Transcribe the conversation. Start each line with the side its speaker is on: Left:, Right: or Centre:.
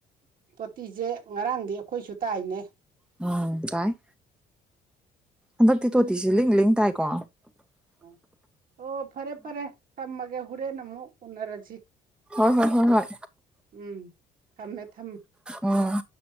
Right: ꯄꯣꯇꯤꯁꯦ ꯉꯔꯥꯡꯗꯤ ꯑꯩꯈꯣꯏꯁꯨ ꯇꯥꯏꯅꯦ
Centre: ꯎꯝ ꯇꯥꯏ ꯍꯟꯗꯛꯇꯤ ꯇꯣꯇꯤꯁꯤꯦ ꯂꯤꯡ ꯂꯤꯡ ꯇꯥꯏꯀꯣ
Right: ꯑ ꯑꯣ ꯐꯔꯦ ꯐꯔꯦ ꯊꯝꯃꯒꯦ ꯍꯣꯔꯦꯟ ꯑꯃꯨꯛ ꯎꯅꯔꯁꯤ
Centre: ꯍꯣꯏ ꯍꯣꯏ ꯍꯣꯏ ꯍꯣꯏ
Right: ꯎꯝ ꯊꯝꯃꯦ ꯊꯝꯃꯦ
Centre: ꯎꯝ